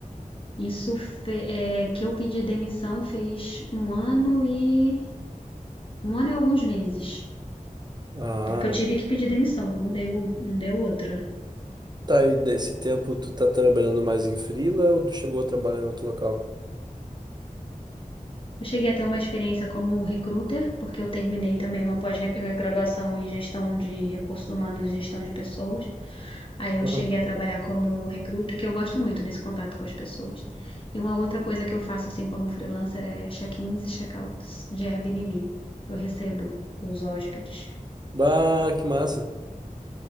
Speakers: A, on the left; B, on the right.
A: Isso fe- é, que eu pedi demissão fez um ano e um ano e alguns meses.
B: Ah,
A: Porque eu tive que pedir demissão, não deu, não deu outra.
B: tá, e desse tempo tu tá trabalhando mais em freela ou tu chegou a trabalhar em outro local?
A: Eu cheguei a ter uma experiência como recruiter, porque eu terminei também uma pós-graduação em gestão de recursos humanos e gestão de pessoas. Aí eu
B: Aham.
A: cheguei a trabalhar como recruta, que eu gosto muito desse contato com as pessoas. E uma outra coisa que eu faço, assim como freelancer, é check-ins e check-outs de Airbnb. Eu recebo os hóspedes.
B: Bah, que massa.